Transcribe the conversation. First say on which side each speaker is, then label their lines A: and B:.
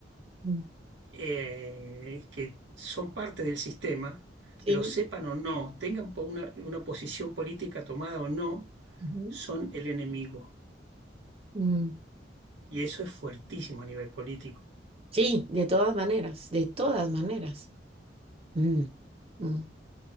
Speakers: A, on the right; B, on the right.
A: mm,
B: eh, que son parte del sistema,
A: Sí,
B: lo sepan o no, tengan po- una, una posición política tomada o no,
A: ujú,
B: son el enemigo.
A: mm.
B: Y eso es fuertísimo a nivel político.
A: sí, de todas maneras. De todas maneras. Mm, mm.